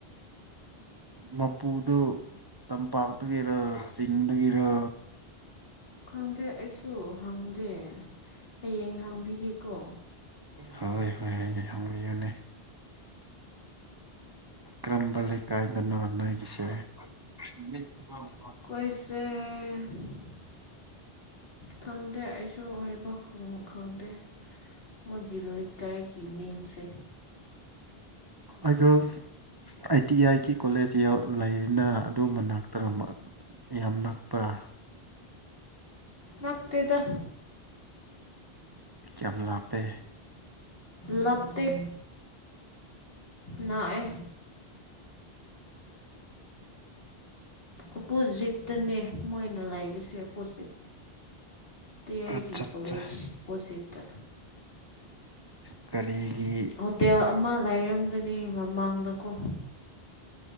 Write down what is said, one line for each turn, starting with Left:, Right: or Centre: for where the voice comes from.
Right: ꯃꯄꯨꯗꯨ ꯇꯝꯄꯥꯛꯇꯒꯤꯔ ꯆꯤꯡꯗꯒꯤꯔ
Left: ꯈꯪꯗꯦ ꯑꯩꯁꯨ ꯍꯪꯗꯦ ꯍꯌꯦꯡ ꯍꯪꯕꯤꯒꯦꯀꯣ
Right: ꯍꯣꯏ ꯍꯣꯏ ꯍꯪꯕꯤꯌꯣꯅꯦ ꯀꯔꯝꯕ ꯂꯩꯀꯥꯏꯗꯅ‌ꯣ ꯅ‌ꯣꯏꯒꯤꯁꯦ <unintelligible>
Left: ꯑꯩꯈ‌ꯣꯏꯁ‌ꯦ ꯈꯪꯗꯦ ꯑꯩꯁꯨ ꯍꯥꯏꯕ ꯈꯪ ꯈꯪꯗꯦ ꯃ‌ꯣꯏꯒꯤ ꯂꯩꯀꯥꯏꯒꯤ ꯃꯤꯡꯁꯦ
Right: ꯑꯗ‌ꯣ I T I T college ꯍꯧ ꯂꯩꯔꯤꯅ ꯑꯗꯨ ꯃꯅꯥꯛꯇꯔꯣ ꯌꯥꯝ ꯅꯛꯄꯔꯥ
Left: ꯅꯛꯇ‌ꯦꯗ
Right: ꯀꯌꯥꯝ ꯂꯥꯞꯄꯦ
Left: ꯂꯞꯇ‌ꯦ ꯅꯛꯑꯦ ꯑꯣꯄꯣꯖꯤꯠꯇꯅꯦ ꯃꯣꯏꯅ ꯂꯩꯕꯁꯦ ꯑꯣꯄꯣꯖꯤꯠ ꯇꯤ ꯑꯦꯒꯤ
Right: ꯑꯠꯆꯥ ꯑꯠꯆꯥ
Left: ꯀꯣꯂꯦꯖ ꯑꯣꯄꯣꯖꯤꯠꯇ
Right: ꯀꯔꯤꯒꯤ
Left: ꯍꯣꯇꯦꯜ ꯑꯃ ꯂꯩꯥꯔꯝꯒꯅꯤ ꯃꯃꯥꯡꯗꯀꯣ